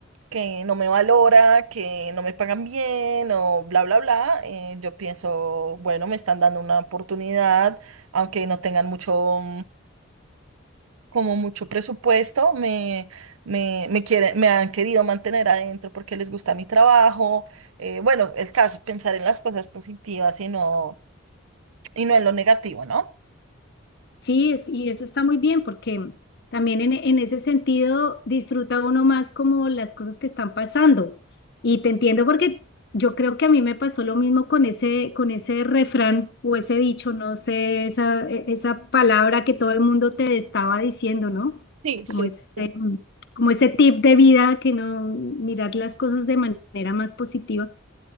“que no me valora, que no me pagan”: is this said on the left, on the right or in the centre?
Right